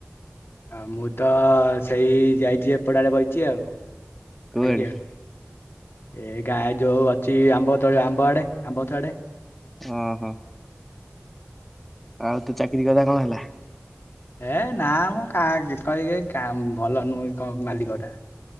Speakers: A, on the left; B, in the centre.
A: ଆଉ ମୁଁ ତ ସେଇ ଯାଇଚି ଏପଟ ଆଡେ ବଇଚି ଆଉ। <unintelligible>
B: କୁଆଡେ
A: ଏ ଗାଁ ଯୋଉ ଅଛି ଆମ୍ବ ତ ଆମ୍ବ ଆଡେ ଆମ୍ବ ଗଛ ଆଡେ।
B: ଓ ହୋ। ଆଉ ତୋ ଚାକିରି କଥା କଣ ହେଲା‌?
A: ହେ ନା ମୁଁ କା କହିିଏ କା ଭଲ ନୁହେଁ କ ମାଲିକଟା।